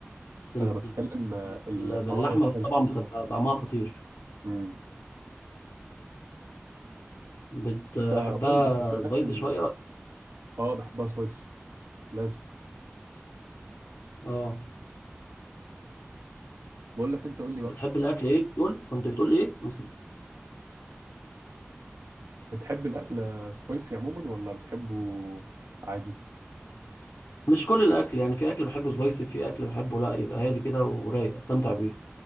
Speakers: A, on the left; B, on the right.
A: بس ال-
B: انا بتكلم آه، ال-
A: ال- باللحمه
B: طعمها باللحمه اللي
A: طبعا
B: بتحصل.
A: بتبقى طعمها خطير
B: مم.
A: بتحبها
B: انت قول لي بتحب الاكل
A: سبايسي شويه
B: اه بحبها سبايسي لازم
A: اه
B: بقول لك انت قول لي بقى
A: بتحب الاكل ايه بتقول كنت بتقول ايه مس-
B: بتحب الاكل سبايسي عموما ولا بتحبه عادي
A: مش كل الاكل يعني في اكل بحبه سبايسي في اكل بحبه لا يبقى هادي كده ورايق استمتع بيه